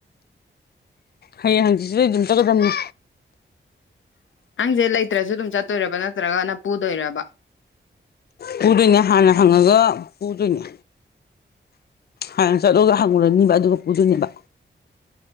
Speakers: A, on the left; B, on the left.
A: ꯍꯌꯦꯡ ꯍꯪꯆꯤꯠꯁꯤꯗꯩ ꯑꯗꯨꯝ ꯆꯠꯀꯗꯝꯅꯤ
B: ꯅꯪꯁꯦ ꯂꯩꯇ꯭ꯔꯁꯨ ꯑꯗꯨꯝ ꯆꯠꯇꯣꯏꯔꯕ ꯅꯠꯇ꯭ꯔꯒꯅ ꯄꯨꯗꯣꯏꯔꯕ
A: ꯄꯨꯗꯣꯏꯅꯦ ꯍꯥꯟꯅ ꯍꯪꯉꯒ ꯄꯨꯗꯣꯏꯅꯦ ꯍꯥꯟꯅ ꯆꯠꯂꯨꯔꯒ ꯍꯪꯉꯨꯔꯅꯤꯕ ꯑꯗꯨꯒ ꯄꯨꯗꯨꯅꯦꯕ